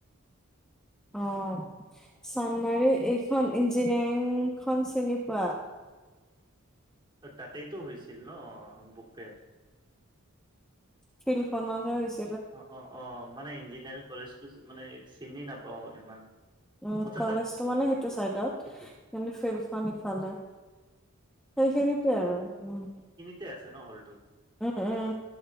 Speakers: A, in the centre; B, on the right.
A: অ চানমাৰী এইখন ইঞ্জিনিয়াৰিং খন চিনি পোৱা?
B: তাতেইতো হৈছিল ন বুক ফেয়াৰ?
A: ফিল্দ খনতহে হৈছ
B: অ অ অ মানে ইঞ্জিনিয়াৰিং কলেজটো মানে চিনি নাপাওঁ ইমান।
A: উম
B: মুঠতে
A: কলেজটো মানে সেইটো চাইডত
B: এইটো
A: কিন্তু ফিল্ডখন ইফালে সেইখিনিতে আৰু উম
B: টে আছে ন হলটো
A: উম উম।